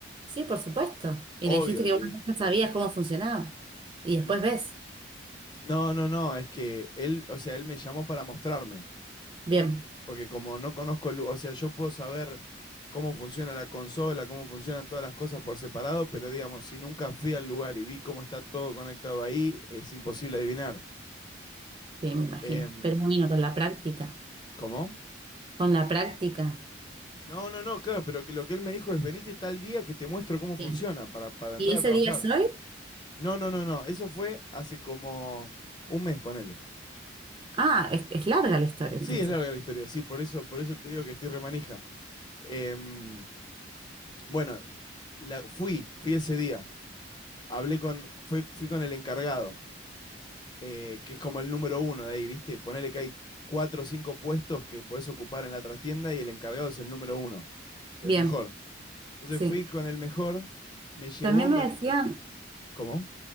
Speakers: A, on the right (about 25°); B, on the left (about 20°).
A: Sí, por supuesto. Y
B: Obvio,
A: le dijiste
B: le
A: que vos
B: dije.
A: ya sabías cómo funcionaba. Y después
B: "N-
A: ves.
B: No, no, no, es que él, o sea, él me llamó para mostrarme.
A: Bien,
B: Porque como no conozco el, o sea, yo puedo saber cómo funciona la consola, cómo funcionan todas las cosas por separado, pero digamos, si nunca fui al lugar y vi cómo está todo conectado ahí, es imposible adivinar.
A: sí, me imagino.
B: Em,
A: Pero bueno, con la práctica.
B: ¿cómo?
A: Con la práctica.
B: No, no, no, claro, pero que lo que él me dijo es venite tal día que te muestro cómo funciona
A: Bien.
B: para, para entrar
A: ¿Y ese
B: a trabajar.
A: día es hoy?
B: No, no, no, no, eso fue hace como un mes, ponele.
A: Ah, es, es larga la historia
B: Sí,
A: entonces.
B: es larga la historia, sí, por eso, por eso te digo que estoy remanija. Em, bueno, la- fui, fui ese día. hablé con, fui fui con el encargado, eh, que es como el número uno de ahí, ¿viste? Ponele que hay cuatro o cinco puestos que podés ocupar en la trastienda y el encargado es el número uno, o sea,
A: Bien,
B: el mejor. Entonces
A: sí.
B: fui con el mejor, me llevó,
A: También
B: me...
A: me decían,
B: ¿Cómo?